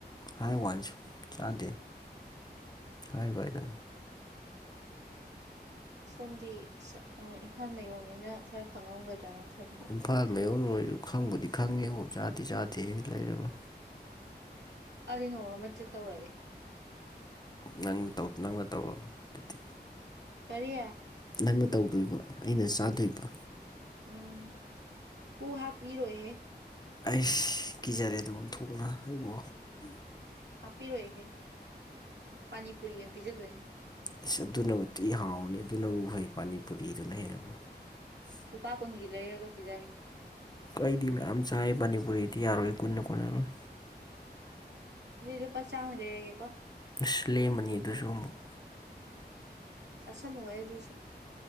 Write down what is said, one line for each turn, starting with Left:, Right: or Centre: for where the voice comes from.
Left: ꯍꯥꯏ ꯋꯥꯅꯤ ꯆꯥꯗꯦ <unintelligible>
Right: ꯁꯣꯝꯗꯤ ꯏꯝꯐꯥꯜ ꯃꯌꯣꯟꯅꯤꯅ ꯈꯔ ꯈꯪꯉꯝꯒꯗ꯭ꯔꯅ <unintelligible>
Left: ꯏꯝꯐꯥꯜ ꯃꯌꯣꯟ ꯑꯣꯏꯔꯁꯨ ꯈꯪꯕꯨꯗꯤ ꯈꯪꯉꯦꯕꯨ ꯆꯥꯗꯤ ꯆꯥꯗꯦ ꯍꯦ ꯂꯩꯔꯕ
Right: ꯑꯗꯨꯗꯤ ꯅꯣꯡꯃ ꯑꯃ ꯇ꯭ꯔꯤꯠ ꯇꯧꯔꯒꯦ
Left: ꯅꯪꯅ ꯇꯧ ꯅꯪꯅ ꯇꯧꯔꯣ ꯑꯗꯨꯗꯤ
Right: ꯀꯔꯤ
Left: ꯅꯪꯅ ꯇꯧꯗꯣꯏꯕ ꯑꯩꯅ ꯆꯥꯗꯣꯏꯕ
Right: ꯎꯝ ꯍꯨ ꯍꯥꯞꯄꯤꯔꯣꯏꯍꯦ
Left: ꯑꯩꯁ ꯀꯤꯖꯔꯦꯗ ꯑꯣꯟꯊꯣꯛꯅ ꯑꯩꯕꯣ
Right: ꯍꯥꯞꯄꯤꯔꯣꯏꯍꯦ ꯄꯥꯅꯤ ꯄꯨꯨꯔꯤ ꯑꯣꯏꯅ ꯄꯤꯖꯗꯣꯏꯅꯦ
Left: ꯏ꯭ꯁ ꯑꯗꯨꯅꯕꯨ ꯊꯨ ꯍꯥꯎꯅꯤ ꯑꯗꯨꯅꯕꯨ ꯐꯩ ꯄꯥꯅꯤꯄꯨꯔꯤꯗꯨꯅ ꯍꯦꯟꯅꯕꯨ
Right: ꯂꯨꯄꯥ ꯀꯨꯟꯒꯤ ꯂꯩꯔꯒ ꯄꯤꯖꯒꯦ
Left: ꯑꯩꯗꯤ ꯃꯌꯥꯝ ꯆꯥꯏ ꯄꯅꯤꯄꯨꯔꯤꯗꯤ ꯌꯥꯔꯣꯏ ꯀꯨꯟꯅ ꯀꯣꯟꯅꯔꯣꯏ
Right: ꯑꯗꯨꯗꯤ ꯂꯨꯄꯥ ꯆꯥꯝꯃꯩ ꯂꯩꯔꯒꯦꯀꯣ
Left: ꯏ꯭ꯁ ꯂꯦꯝꯃꯅꯤ ꯑꯗꯨꯁꯨ ꯑꯃꯨꯛ
Right: ꯆꯥꯁꯜꯂꯣꯍꯦ ꯑꯗꯨꯁꯨ